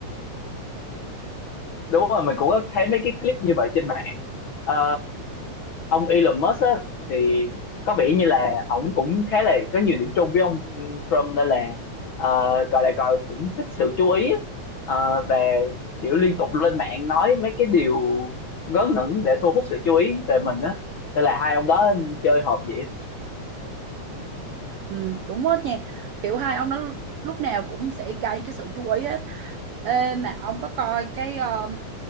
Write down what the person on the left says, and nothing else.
đúng rồi mình cũng có thấy mấy cái clip như vậy trên mạng Ờ, ông Elon Musk á thì có vẻ như là ổng cũng khá là có nhiều điểm chung với ông ừ, Trump nên là ờ, gọi là gọi cũng thích sự chú ý á. Ờ, và kiểu liên tục lên mạng nói mấy cái điều ngớ ngẩn để thu hút sự chú ý về mình á nên là hai ông đó chơi hợp vậy